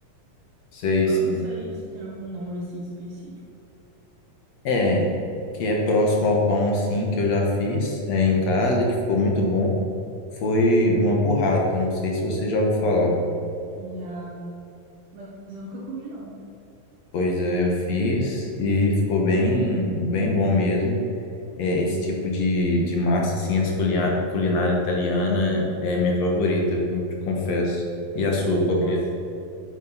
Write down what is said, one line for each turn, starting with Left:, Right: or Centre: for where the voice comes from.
Left: Sei,
Right: Eu
Left: sim.
Right: não sei se tem algum nome assim específico.
Left: É, que é próximo ao pão, assim, que eu já fiz é, em casa, que ficou muito bom. Foi uma burrata, não sei se você já ouviu falar.
Right: E, ah, mas eu nunca comi não.
Left: Pois é, eu fiz e ficou bem, bem bom mesmo. É, esse tipo de, de massa, assim, as culinária, culinária italiana é minha favorita, viu? Te confesso. E a sua, qual
Right: Nossa,
Left: que é?